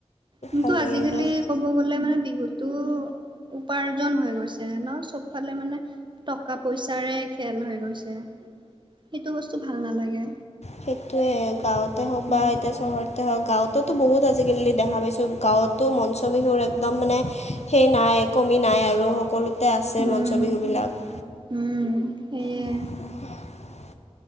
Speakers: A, on the right; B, on the left.
A: কিন্তু
B: ভাল লাগে
A: আজিকালি
B: এইবোৰ
A: ক'ব গ'লে মানে বিহুতো উপাৰ্জন হৈ গৈছে ন, চবফালে মানে টকা পইচাৰে খেল হৈ গৈছে, সিটো বস্তু ভাল নালাগে।
B: সেইটোয়ে গাঁৱতে হওক
A: উম
B: বা এতিয়া চহৰত হ গাঁৱততো বহুত আজিকালি দেখা পাইছোঁ, গাঁৱতো মঞ্চ বিহুৰ একদম মানে সেই নাই, কমি নাই আৰু সকলোতে আছে
A: উম
B: মঞ্চ বিহুবিলাক।
A: উম সেয়ে
B: <unintelligible>